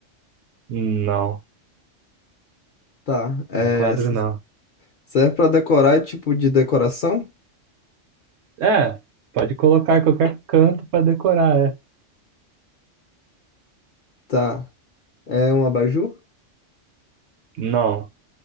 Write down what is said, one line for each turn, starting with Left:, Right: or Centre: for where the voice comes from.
Right: Não,
Left: Tá. É...
Right: no quadro
Left: se-
Right: não.
Left: Serve pra decorar, é tipo de decoração?
Right: É, pode colocar em qualquer canto pra decorar, é.
Left: Tá. É um abajur?
Right: Não,